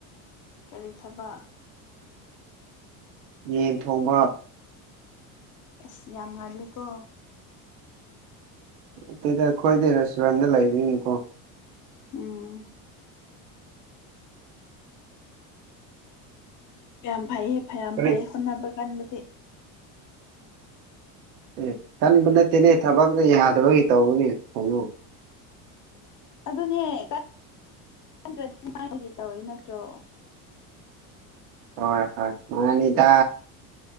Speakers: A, on the left; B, on the right.
A: ꯀꯔꯤ ꯊꯕ
B: ꯌꯦꯟ ꯊꯣꯡꯕ
A: ꯑꯦꯁ ꯌꯥꯝ ꯉꯜꯂꯤꯀꯣ
B: ꯑꯗꯨꯗ ꯑꯩꯈꯣꯏꯗꯤ ꯔꯦꯁꯇꯨꯔꯦꯟꯗ ꯂꯩꯔꯤꯅꯤꯀꯣ
A: ꯎꯝ ꯌꯥꯝꯌꯥꯝ ꯐꯩꯌꯦ ꯐꯌꯥꯝ
B: ꯀꯔꯤ
A: ꯐꯩ ꯍꯣꯠꯅꯕ ꯀꯥꯟꯗꯗꯤ
B: ꯑꯦ ꯀꯟꯕ ꯅꯠꯇꯦꯅꯦ ꯊꯕꯛꯅ ꯌꯥꯗꯕꯒꯤ ꯇꯧꯕꯅꯦ ꯈꯣꯡꯉꯎ
A: ꯑꯗꯨꯅꯦ꯭ꯔꯗꯤ ꯃꯥꯏꯒꯤ ꯇꯧꯔꯤ ꯅꯠꯇ꯭ꯔꯣ
B: ꯍꯣꯏ ꯍꯣꯏ ꯃꯅꯤ ꯏꯗ